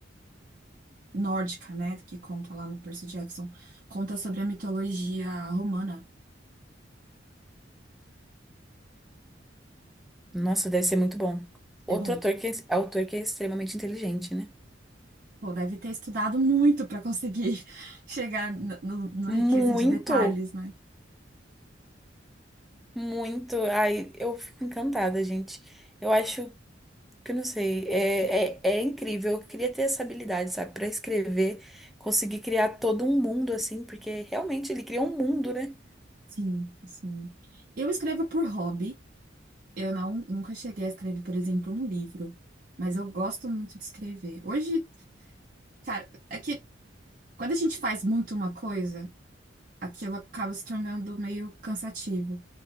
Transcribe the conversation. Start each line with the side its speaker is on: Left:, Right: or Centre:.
Right: nórdica, né, que conta lá no Percy Jackson, conta sobre a mitologia romana.
Centre: Nossa, deve ser muito bom. Outro
Right: É bom.
Centre: ator que é, autor que é extremamente inteligente, né?
Right: Pô, deve ter estudado muito para conseguir <laughs> chegar no- no- na
Centre: Muito,
Right: riqueza de detalhes, né?
Centre: muito. Ai, eu fico encantada, gente. Eu acho que, eu não sei, é, é, é incrível. Eu queria ter essa habilidade, sabe? Pra escrever, conseguir criar todo um mundo, assim, porque realmente ele cria um mundo, né?
Right: Sim, sim. Eu escrevo por hobby. Eu não, nunca cheguei a escrever, por exemplo, um livro, mas eu gosto muito de escrever. Hoje, cara, é que quando a gente faz muito uma coisa, aquilo acaba se tornando meio cansativo.